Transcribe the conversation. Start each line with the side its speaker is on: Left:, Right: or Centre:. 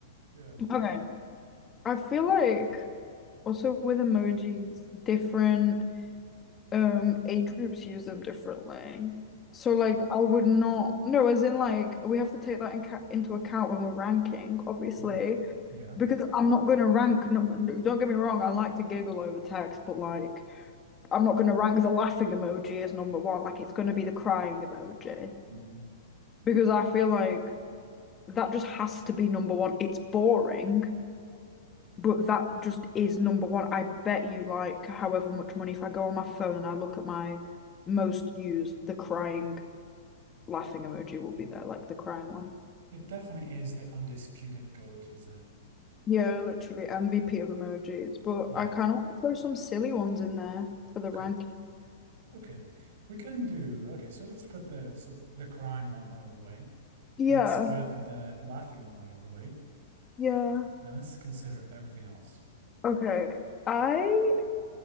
Right: Yeah.
Left: Okay. I feel like also with emojis, different um age groups use them differently. So like I would not no, as in like we have to take that in ca into account when we're ranking, obviously.
Right: Mhm. Yeah.
Left: Because I'm not going to rank, no, no, don't get me wrong, I like to giggle over text, but like, I'm not going to rank the laughing emoji as number one. Like, it's going to be the crying emoji.
Right: Mm.
Left: Because I feel like that just has to be number one. It's boring, but that just is number one. I bet you, like, however much money, if I go on my phone and I look at my most used, the crying, laughing emoji will be there, like the crying one.
Right: It definitely is the undisputed goat, isn't it?
Left: Yeah, literally MVP of emojis. But
Right: Yeah.
Left: I kind of want to throw some silly ones in there for
Right: Okay.
Left: the rank.
Right: Okay. We can do. Okay, so let's put the so the crying one out of the way.
Left: Yeah,
Right: Let's put the laughing one out of the way,
Left: yeah.
Right: and let's consider everything else.
Left: Okay. I